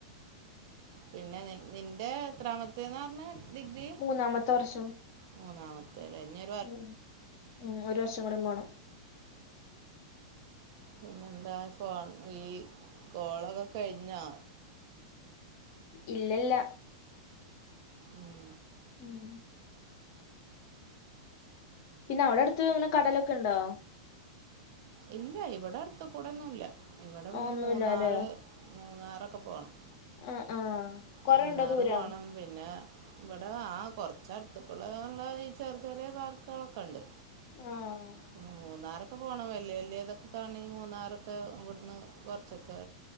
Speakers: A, on the right; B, on the left.
A: പിന്നെ നി നിന്റെ എത്രാമത്തെന്ന് റഞ്ഞെ ഡിഗ്രി
B: മൂന്നാമത്തെ വർഷം
A: മൂന്നാമത്തെലെ ഞ്
B: ഉം ഉം ഒരു വർഷം കൂടെ പോണം
A: പിന്നെന്താ ഫോൺ ഈ കോളൊക്കെ കഴിഞ്ഞാ
B: ഇല്ലല്ല
A: ഉം
B: ഉം പിന്നെ അവിടെ അടുത്ത് ഇങ്ങനെ കടലൊക്കെ ഉണ്ടോ
A: ഇല്ല ഇവിടെ അടുത്കൂടെന്നുല്ല ഇവിടെ പിന്നെ
B: ആഹ് ഒന്നുല്ലല്ലേ
A: മൂന്നാറ് മൂന്നാറൊക്കെ പോകണം
B: ആഹ് ആഹ് കൊറേണ്ടോ
A: മൂന്നാറ്
B: ദൂരം
A: പോണം പിന്നെ ഇവിടെ ആ കുറച്ചടുത്ക്കുടള്ള ഈ ചെറിയ ചെറിയ പാർക്കുകളൊക്കെണ്ട്
B: ആഹ്
A: പിന്നെ മൂന്നാറക്കെ പോകണം വല്യ വല്യ ഇതൊക്കെ കാണെങ്കിൽ മൂന്നാറക്കെ ഇവിടുന്ന് കുറച്ചൊക്കെ